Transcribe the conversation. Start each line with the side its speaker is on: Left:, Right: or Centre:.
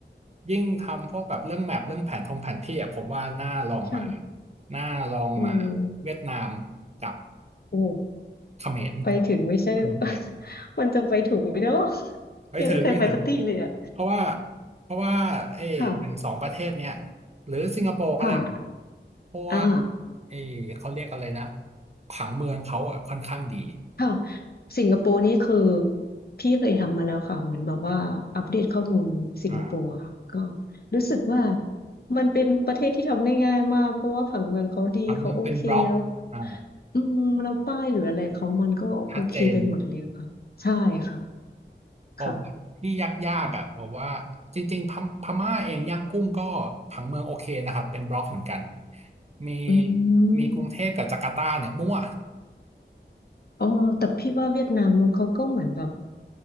Right: ยิ่งทำพวกแบบเรื่องแมปเรื่องแผนทงแผนที่อ่ะผมว่าน่าลองมา
Left: ค่ะ
Right: น่าลองมา
Left: อืม
Right: เวียดนามกับ
Left: โอ้
Right: เขมร
Left: ไปถึงไม่ใช่
Right: พนมเปญ
Left: <laughs> มันจะไปถูกไหมเนาะ
Right: ไม่ถึงไม่ถึง
Left: ยังไม่เคยไปสักที่เลยอ่ะ
Right: เพราะว่าเพราะว่าเอออย่างสองประเทศเนี่ย
Left: <laughs> ค่ะ
Right: หรือสิงคโปร์ก็ได้
Left: ค่ะ
Right: เพราะว่า
Left: อ่า
Right: เออเขาเรียกอะไรนะผังเมืองเขาอ่ะค่อนข้างดี
Left: ค่ะสิงคโปร์นี่คือพี่เคยทำมาแล้วค่ะเหมือนแบบว่าอัปเดตข้อมูลสิงคโปร์อะค่ะก็
Right: อ่า
Left: รู้สึกว่ามันเป็นประเทศที่ทำได้ง่ายมากเพราะว่าผังเมืองเขาดีเขาโอเคแล้ว
Right: ผังเมืองเป็นบล็อกอ่า
Left: อืมแล้วป้ายหรืออะไรเขามันก็โอเคไปหมดเลยค่ะใช่ค่ะ
Right: ชัดเจน ผมว่าที่ยากๆอ่ะผมว่าจริงๆพมพม่าเองย่างกุ้งก็ผังเมืองโอเคนะครับเป็นบล็อกเหมือนกัน
Left: ค่ะ
Right: มี
Left: อืม
Right: มีกรุงเทพกับจาการ์ตาเนี่ยมั่ว
Left: อ๋อแต่พี่ว่าเวียดนามเขาก็เหมือนแบบ